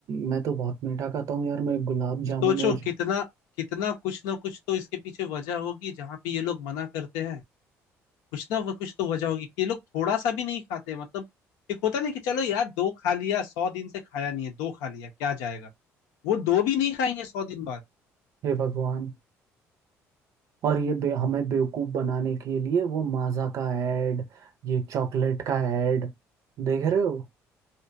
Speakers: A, on the right; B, on the left.
A: मैं तो बहुत मीठा खाता हूँ यार मैं गुलाब जामुन
B: सोचो
A: रोज
B: कितना कितना कुछ ना कुछ तो इसके पीछे वजह होगी जहाँ पे ये लोग मना करते हैं कुछ ना वो- कुछ तो वजह होगी कि ये लोग थोड़ा सा भी नहीं खाते मतलब एक होता नहीं कि चलो यार दो खा लिया सौ दिन से खाया नहीं है दो खा लिया क्या जाएगा वो दो भी नहीं खाएंगे सौ दिन बाद
A: हे भगवान और ये बे, हमें बेवकूफ बनाने के लिए वो माजा का ऐड ये चॉकलेट का ऐड देख रहे हो